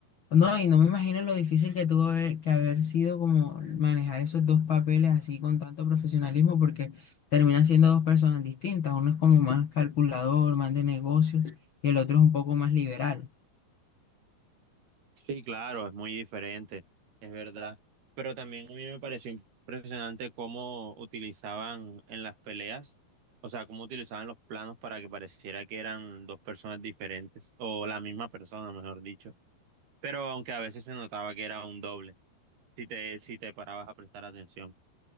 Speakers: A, on the left (about 65°); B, on the right (about 70°).
A: no, y no me imagino lo difícil que tuvo haber, que haber sido como manejar esos dos papeles así con tanto profesionalismo, porque terminan siendo dos personas distintas. Uno es como más calculador, más de negocios, y el otro es un poco más liberal.
B: Sí, claro, es muy diferente, es verdad. Pero también a mí me pareció impresionante cómo utilizaban en las peleas, o sea, cómo utilizaban los planos para que pareciera que eran dos personas diferentes, o la misma persona, mejor dicho. Pero aunque a veces se notaba que era un doble, si te, si te parabas a prestar atención.